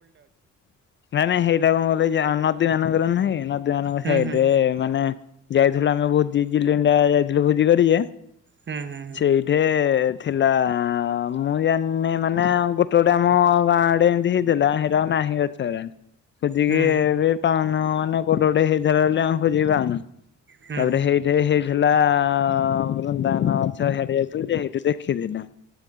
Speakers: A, on the left; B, on the right.
A: ନାଇଁ ନାଇଁ ହେଇଟା କ ଯାଉନ ନଦୀ ମାନଙ୍କରେ ନହିଁ ନଦ ଏମାନଙ୍କ
B: ହୁଁ
A: ସାଇଡରେ
B: ହୁଁ
A: ମାନେ ଯାଇଥିଲୁ ଆମେ ଭୋଜି ଜିଲିଣ୍ଡା ଯାଇଥିଲୁ ଭୋଜି କରି ଯେ
B: ହୁଁ ହୁଁ
A: ସେଇଠେ ଏ ଥିଲା ମୁଁ ଜାଣିନି ମାନେ ଗୋଟେ ଗୋଟେ ଆମ ଗାଁ ଆଡେ ଏମତି ହେଇ ଥିଲା ହେଇଟା ନାହିଁ ଆଉ ଗଛରେ। ଖୋଜିକି
B: ହୁଁ
A: ଏବେ ପା ନୂଆଁ ମାନେ କୋଉଠି ଗୋଟେ ହେଇଥିଲା ବଲି ଆମେ ଖୋଜିକି ପାଉନୁ।
B: ହୁଁ
A: ତାପରେ ହେଇଠେ ହେଇ ହେଲା ବୃନ୍ଦାବନ ମାଛ ହିଆଡ଼େ ଯାଇଥିଲୁ ଯେ ହେଇଠୁ ଦେଖି ଥିଲୁ।